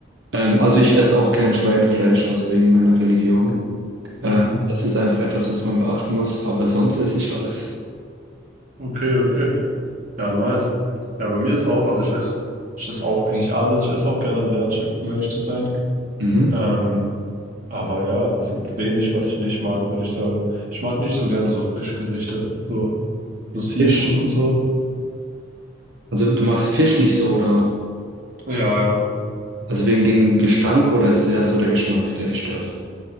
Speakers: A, on the right; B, on the right.
A: Ähm, also ich esse auch kein Schweinefleisch, also wegen meiner Religion. Äh,
B: mhm.
A: das ist einfach etwas, was man beachten muss, aber sonst esse ich alles.
B: Okay, okay. Ja, nice. Ja, bei mir ist auch, also ich esse, ich esse auch eigentlich alles. Ich esse auch gern asiatisch, um ehrlich zu sein.
A: Mhm.
B: Ähm, Aber ja, also es gibt wenig, was ich nicht mag, würde ich sagen. Ich mag nicht so gerne so Fischgerichte, so, so Seafood
A: Fisch.
B: und so.
A: Also du magst Fisch nicht so, oder?
B: Ja, ja.
A: Also wegen dem Gestank oder ist es eher so der Geschmack, der dich stört?